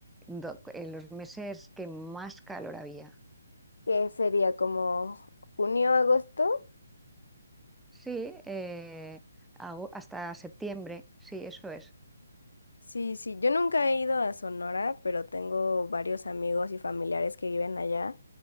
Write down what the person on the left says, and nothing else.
¿Qué sería como junio, agosto?
Sí, sí, yo nunca he ido a Sonora, pero tengo varios amigos y familiares que viven allá.